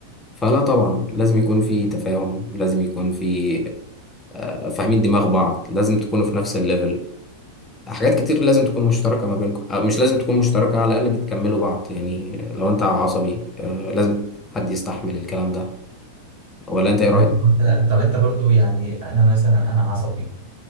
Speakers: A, on the left (about 20°); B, on the right (about 60°).
A: فلا طبعا لازم يكون في تفاهم لازم يكون في آه، فاهمين دماغ بعض لازم تكونوا في نفس الليفل حاجات كتير لازم تكون مشتركة ما بينكم آه، مش لازم تكون مشتركة على الأقل بتكملوا بعض يعني لو أنت عصبي آه، لازم حد يستحمل الكلام ده ولا أنت إيه رأيك
B: طيب انت طب انت برضو يعني انا مثلا انا عصبي